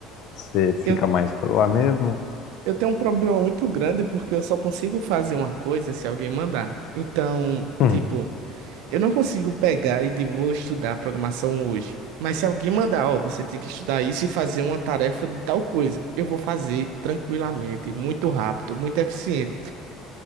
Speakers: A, on the left; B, on the right.
A: Você fica
B: Eu,
A: mais por lá mesmo?
B: eu tenho um problema muito grande porque eu só consigo fazer uma coisa se alguém mandar. Então,
A: Hum,
B: tipo. Eu não consigo pegar e de vou estudar programação hoje. Mas se alguém mandar, ó, você tem que estudar isso e fazer uma tarefa de tal coisa, eu vou fazer tranquilamente, muito rápido, muito eficiente.